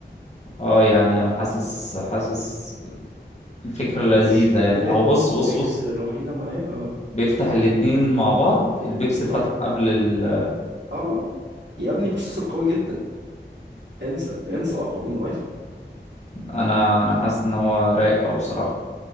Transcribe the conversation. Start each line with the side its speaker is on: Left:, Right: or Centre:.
Left: اه يعني انا حاسس حاسس الفكرة لذيذة
Right: مشكلة
Left: يعني اهو بص بص
Right: بيكسل
Left: بص
Right: الوحيدة معايا اه
Left: بيفتح الاتنين مع بعض البيكسل فتح
Right: اه
Left: قبل ال
Right: اه اه يا ابني بروسيسور قوي جدا انسى انسى اقوى من الايفون
Left: انا انا حاسس ان هو رايق اوي بصراحة